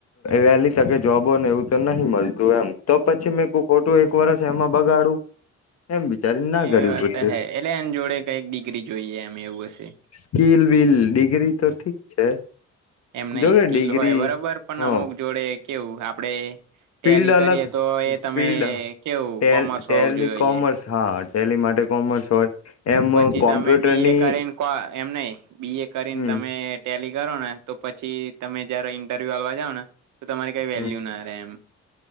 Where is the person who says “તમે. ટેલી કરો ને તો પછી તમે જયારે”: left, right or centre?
Right